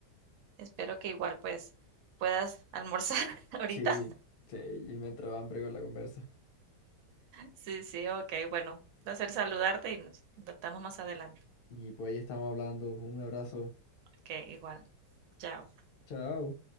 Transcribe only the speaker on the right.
espero que igual pues puedas almorzar <laughs> ahorita.
Sí, sí, ok, bueno. un Placer saludarte y nos tratamos más adelante.
Ok, igual. Chao.